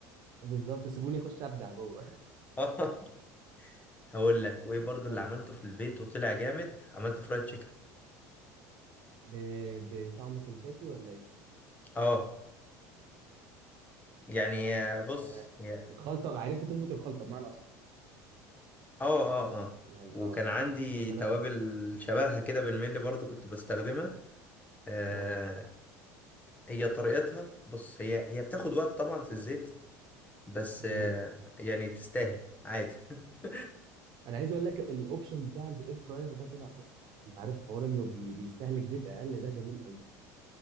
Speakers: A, on the right; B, on the left.
A: بالظبط سيبوني اخش ابدع جوه
B: <laughs> هقول لك وايه
A: <laughs>
B: برضو
A: طب
B: اللي عملته في البيت وطلع جامد عملته فرايد تشيكن
A: ب... بطعم كنتاكي ولا ايه؟
B: اه يعني آه، بص
A: أنا
B: يا-
A: الخلطة عرفت تظبط الخلطة بمعنى أصح
B: اه اه اه
A: يعني
B: وكان
A: اه
B: عندي
A: أصل
B: توابل
A: أنا
B: شبهها كده بالملي برضو كنت بستخدمها آه
A: اه
B: هي طريقتها بص هي هي بتاخد وقت طبعا في الزيت بس
A: جميل
B: آه يعني تستاهل عادي <laughs>
A: أنا عايز أقول لك الأوبشن بتاع الإير فراير ده طلع تحفة أنت عارف حوار إنه بي... بيستهلك زيت أقل ده جميل قوي